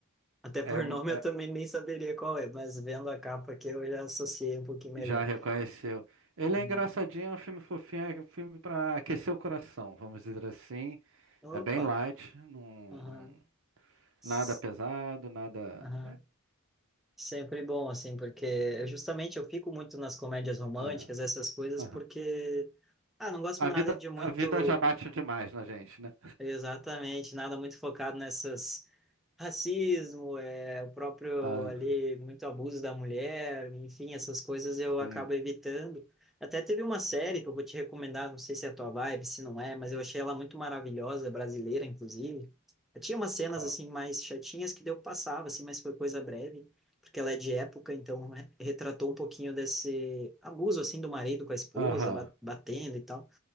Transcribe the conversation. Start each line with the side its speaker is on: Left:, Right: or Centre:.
Centre: Até
Right: é,
Centre: por <laughs> nome
Right: é-
Centre: eu também nem saberia qual é, mas vendo a capa aqui eu já associei um pouquinho melhor.
Right: já reconheceu. Ele
Centre: Hum.
Right: é engraçadinho, é um filme fofinho, é um filme para aquecer o coração, vamos dizer assim.
Centre: Opa!
Right: É bem light, não,
Centre: Aham.
Right: não-
Centre: S-
Right: nada pesado, nada.
Centre: Aham. Sempre bom, assim, porque eu, justamente eu fico muito nas comédias românticas,
Right: é, é,
Centre: essas coisas,
Right: aham.
Centre: porque. Ah, não gosto
Right: A
Centre: nada
Right: vida,
Centre: de muito.
Right: a vida já bate demais na gente, né?
Centre: Exatamente, nada muito focado nessas racismo, é o próprio
Right: Ah,
Centre: ali muito abuso da mulher, enfim, essas coisas eu acabo
Right: sim.
Centre: evitando. Até teve uma série que eu vou te recomendar, não sei se é a tua vibe, se não é, mas eu achei ela muito maravilhosa, brasileira inclusive. Tinha umas cenas
Right: Qual?
Centre: assim mais chatinhas que deu passava assim, mas foi coisa breve, porque ela é de época, então re- retratou um pouquinho desse abuso assim do marido com a esposa,
Right: Aham.
Centre: ba- batendo e tal.